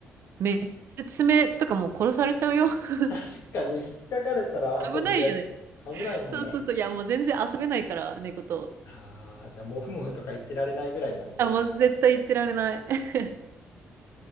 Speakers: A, on the right (about 55°); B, on the left (about 65°).
A: めっちゃ爪とかもう殺されちゃうよ。<laughs>
B: 確かに、引っかかれたら遊びで。
A: 危ないよね。
B: 危ないもんね。
A: そうそうそう。いや、もう全然遊べないから、猫と。
B: ああ、じゃあ、もふもふとか言ってられないぐらいになっちゃうんだ。
A: あ、もう絶対言ってられない。<laughs>